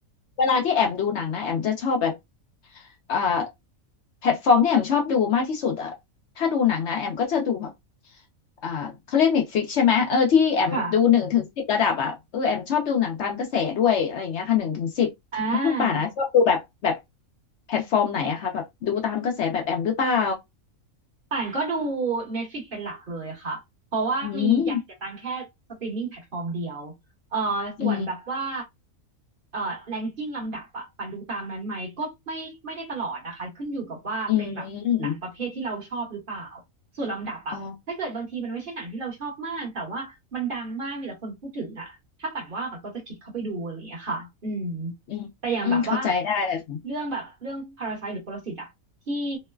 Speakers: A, on the left; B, on the right.
A: เวลาที่แอมดูหนังนะแอมจะชอบแบบอ่าแพลตฟอร์มที่แอมชอบดูมากที่สุดอะถ้าดูหนังนะแอมก็จะดูแบบอ่าเขาเรียกเฟิกใช่ไหมเออที่แอมดูหนึ่งถึงสิบระดับอะเออแอมชอบดูหนังตามกระแสด้วยอะไรอย่างเงี้ยค่ะหนึ่งถึงสิบ
B: ค่ะอ่า
A: แล้วคุณป่านะชอบดูแบบแบบแพลตฟอร์มไหนอะคะแบบดูตามกระแสแบบแอมหรือเปล่า
B: ป่านก็ดู Netflix เป็นหลักเลยค่ะ เพราะว่ามีอยากเสียตังค์แค่สตรีมมิ่งแพลตฟอร์มเดียว
A: อืม
B: เอ่อส่วนแบบว่า
A: อืม
B: เอ่อแรงกิ้งลำดับอะป่านดูตามนั้นไหมก็ไม่ไม่ได้ตลอดนะคะขึ้นอยู่กับว่าเป็นแบบหนังประเภทที่เราชอบหรือเปล่า
A: อืม
B: ส่วนลำดับอะถ้าเกิดบางทีมันไม่ใช่หนังที่เราชอบมากแต่ว่ามันดังมากมีแต่คนพูดถึงอะถ้าป่านว่าป่านก็จะคลิกเข้าไปดูอะไรอย่างเงี้ยค่ะอืม
A: อ๋ออืมอืมเข้าใจได้เลยค่ะ
B: แต่อย่างแบบว่าเรื่องแบบเรื่องพาราไซต์หรือปรสิตอะที่